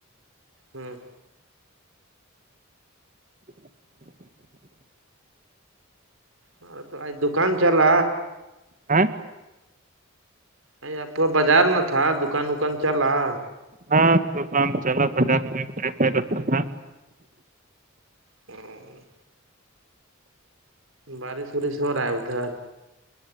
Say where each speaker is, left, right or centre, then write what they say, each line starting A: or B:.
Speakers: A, on the right; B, on the right.
A: ہمم
B: <inaudible>
A: ہاں تو دکان چلا
B: ہیں
A: ا آپ کو بازار نہ تھا دکان وکان چلا رہا
B: ہاں تو کام چلا بازار ٹائم میں رہتا تھا
A: ہوں بارش وورش ہو رہا ہے ادھر